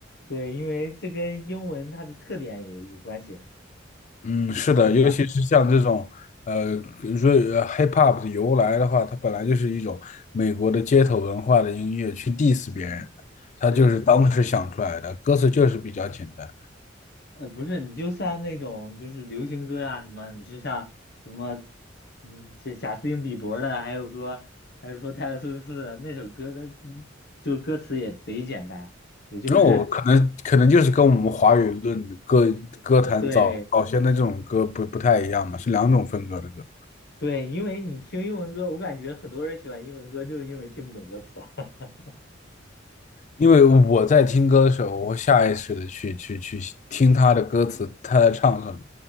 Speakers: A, on the left; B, on the left.
A: 对，因为这跟英文它的特点也有关系，
B: 嗯，是的，
A: 对吧？
B: 尤其是像这种呃瑞呃 hip hop 的由来的话，它本来就是一种美国的街头文化的音乐，去 diss
A: 嗯，
B: 别人的，它就是当时想出来的，
A: 对，
B: 歌词就是比较简单。
A: 呃，不是，你就算那种就是流行歌啊什么，你是像什么，嗯，这贾斯汀比伯的，还有说还是说泰勒斯威夫特的那首歌的，那嗯就是歌词也贼简单，也就是
B: 那我可能可能就是跟我们华语论歌歌坛早早先的这种歌不不太一样嘛，
A: <laughs> 对。
B: 是两种风格的歌。
A: 对，因为你听英文歌，我感觉很多人喜欢英文歌，就是因为听不懂歌词啊。<laughs>
B: 因为我在听歌的时候，我会下意识的去去去听他的歌词，他在唱什么。